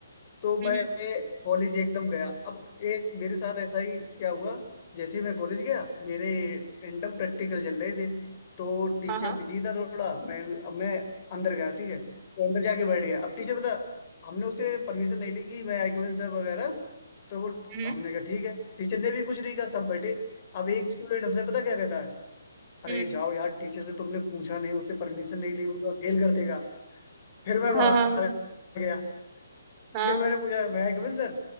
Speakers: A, on the left; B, on the right.
A: तो मैं
B: हम्म
A: कॉलेज एकदम गया अब एक मेरे साथ ऐसा ही क्या हुआ जैसे ही मैं कॉलेज गया मेरे इंटर्म प्रैक्टिकल चल रहे थे तो टीचर
B: हाँ हाँ
A: बिजी था थोड़ा मैं अब मैं अंदर गया ठीक है तो अंदर जाके बैठ गया अब टीचर बता हमने उसे परमिशन नहीं ली कि मैं आई सर वगैरह तो वो
B: हम्म
A: हमने कहा ठीक है टीचर ने भी कुछ नहीं कहा सब बैठे अब एक स्टूडेंट हमसे पता क्या कहता है अरे
B: हम्म
A: जाओ यार टीचर से तुमने पूछा नहीं उससे परमिशन नहीं ली वो तो फेल कर देगा फिर मैं बाहर
B: हाँ हाँ
A: गया
B: हाँ
A: फिर मैंने पूछा मैं कभी सर